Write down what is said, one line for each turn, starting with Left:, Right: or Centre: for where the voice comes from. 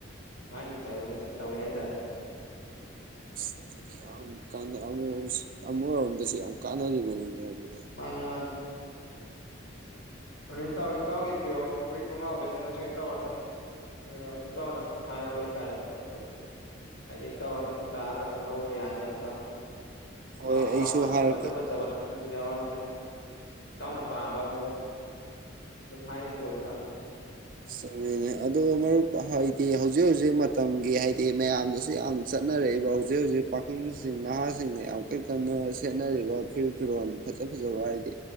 Left: ꯗꯨꯃꯥꯏꯅ ꯇꯧ ꯍꯦꯇ ꯇꯧꯏ ꯍꯥꯏꯇꯔꯦ
Right: <unintelligible> <unintelligible> ꯑꯃꯥꯎ ꯑꯁ ꯌꯥꯝ ꯀꯥꯛꯅꯔꯤꯕꯅꯤ ꯑꯗꯨꯗꯤ
Left: ꯃꯥꯅꯤ ꯑꯣꯅꯦ ꯏꯇꯥꯎ ꯏꯇꯥꯎꯒꯤ ꯐꯤꯔꯣꯜ ꯐꯨꯔꯤꯠ ꯈꯣꯡꯒꯥꯎ ꯂꯩꯅꯤꯡꯉꯁꯨ ꯏꯇꯥꯎ ꯑꯗꯨꯝ ꯑ ꯏꯇꯥꯎ ꯑꯗꯨꯝ ꯍꯥꯏꯔꯣ ꯍꯥꯏꯇꯥꯔꯦ ꯃꯔꯛꯇꯗ ꯍꯥꯏꯗꯤ ꯏꯇꯥꯎ ꯑꯗꯨꯝ ꯂꯥꯛꯑꯒ ꯑꯗꯨꯝ ꯂꯧꯕ ꯌꯥꯅꯤꯕ ꯏꯇꯥꯎ
Right: ꯍꯣꯏ
Left: ꯑꯄꯥꯝ ꯑꯄꯥꯝꯕ
Right: ꯑꯩꯁꯨ
Left: ꯑꯗ
Right: ꯍꯥꯏꯔꯛꯀꯦ
Left: ꯐꯖ ꯐꯖ ꯑꯝ ꯌꯥꯎꯔꯥꯃꯤꯅ ꯏꯇꯥꯎꯅ ꯄꯥꯝꯕ ꯃꯌꯣꯡ ꯗꯨꯝ ꯍꯥꯏꯕꯤꯔꯛꯑꯣ ꯏꯇꯥꯎ
Right: <unintelligible> ꯑꯗꯨꯗꯣ ꯃꯔꯨꯞ ꯍꯥꯏꯠ ꯍꯧꯖꯤꯛ ꯍꯧꯖꯤꯛ ꯃꯇꯝꯒꯤ ꯍꯥꯏꯗꯤ ꯃꯌꯥꯝꯗꯁꯨ ꯌꯥꯝ ꯆꯠꯅꯔꯛꯏꯕ ꯍꯧꯖꯤꯛ ꯍꯧꯖꯤꯛ ꯄꯥꯈꯪꯁꯤꯡ ꯅꯍꯥꯁꯤꯡꯅ ꯌꯥꯝ ꯀꯟ ꯀꯟꯅ ꯁꯦꯠꯅꯔꯤꯕ ꯐꯨꯔꯤꯠ ꯐꯤꯔꯣꯜ ꯐꯖ ꯐꯖꯕ ꯍꯥꯏꯗꯤ